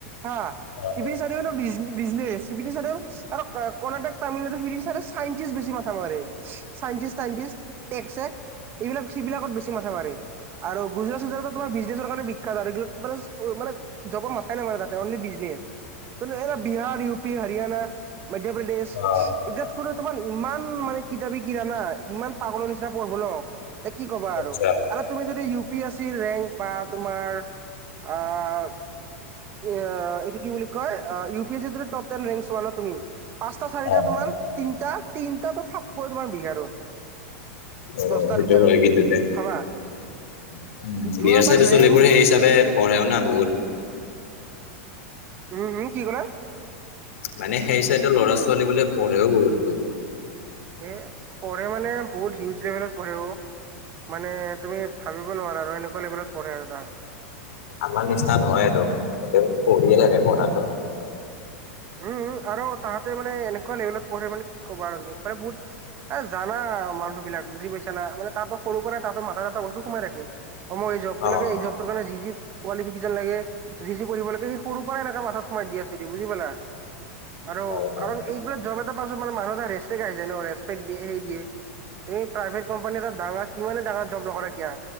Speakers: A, on the right; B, on the left.
A: হা
B: অ',
A: ইিপিন চাৰিব ন <unintelligible> বিজনেছ ইপিন <unintelligible> চাৰ আৰু কৰ্ণাটক, তামিলনাডু চাইনটিছ বেছি মাথা মাৰে, চাইনটিছ তাইনটিছ, একছে, এইবিলাক সেইবিলাকত বেছি মাথা মাৰে, আৰু গুজৰাট চুজৰাতত তোমাৰ বিজনেছ কাৰণে বিখ্যাত আৰু <unintelligible> এবিলাক মানে, মানে জবৰ মাথাই নামাৰে তাতে অনলি বিজনেছ, কিন্তু এই বিহাৰ ই <unintelligible> হৰিয়াণা, মধ্য প্ৰদেশ
B: অ',
A: তাত কতো তোমাৰ ইমান মানে কিতাপি কৰা না, ইমান পাগলৰ নিচিনা পঢ়ব ন কি ক'বা
B: আচ্ছা
A: আৰু, আৰু তুমি যদি ইউ পি এছ চিৰ ৰেংক, বা তোমাৰ আ <unintelligible> অ এইটো কি বুলি কয়, U P S C top ten rank ওৱানত তুমি, পাঁচটা চাৰিটা
B: অ',
A: তোমাৰ, তিনটা, তিনটা থাকিব তোমাৰ বিহাৰৰ
B: অ',
A: দছটাৰ
B: সেইটো
A: ভিতৰত,
B: হয় কিন্তু দে।
A: ভাবা।
B: উম, বিহাৰ
A: যোৱাবাৰ
B: চাইডৰ ছোৱালীবোৰ
A: ৰেংক
B: সেই হিচাপে
A: <unintelligible>
B: পঢ়েও না বহুত।
A: উম-উম কি ক'লা?
B: মানে সেই চাইডৰ ল'ৰা ছোৱালী বোলে পঢ়েও বহুতো।
A: এ পঢ়ে মানে বহুত হিউজ লেভেলত পঢ়ে অ, মানে তুমি ভাবি নোৱাৰা আৰু এনেকুৱা লেভেলত পঢ়ে আৰু তাহাতে।
B: আমাৰ নিচিনা নহয় আৰু, এইটো পঢ়িয়ে থাকে পঢ়াতটো।
A: উম-উম, আৰু তাহাঁতে মানে এনেকুৱা লেভেলত পঢ়ে মানে, কি ক'ব আৰু তুমি, মানে বহুত এ জানা মানুহ বিলাক, বুজি পাইছা না, মানে তাৰ পৰা সৰুৰ পৰাই তাততে মাঠাত এটা লটো সোমাই থাকে। অ ম' এই জবটো
B: অ
A: লাগে, এই জবৰ কাৰণ যি-যি কিফিকেশন লাগে, যি-যি কৰিব লাগে, সেই সৰু <unintelligible> এনেকা মাথাত সমাই থই দিয়ে, বুজি পালা। আৰু
B: হয় হয়
A: কাৰণ এইবিলাক জব এটা পাইছো মানে মানুহ এটা ৰেছপেক আহি য়ায ন, ৰেছপেক দিয়ে, সেই দিয়ে তুমি প্ৰাইভেট কোম্পানী এটা ডাঙৰ, কিমানে ডাঙৰ জব নকৰা কিয়া